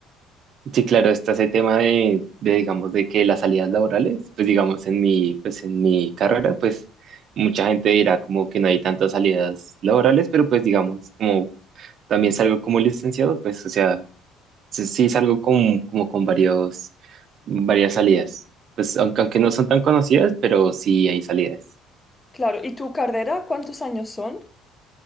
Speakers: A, on the right; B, on the left.
A: Sí, claro, está ese tema de, de, digamos, de que las salidas laborales, pues digamos, en mi, pues en mi carrera, pues mucha gente dirá como que no hay tantas salidas laborales, pero pues digamos, como también salgo como licenciado, pues, o sea, Sí, sí, salgo con, como con varios, varias salidas. Pues aunque, aunque no son tan conocidas, pero sí hay salidas.
B: Claro, ¿y tu carrera cuántos años son?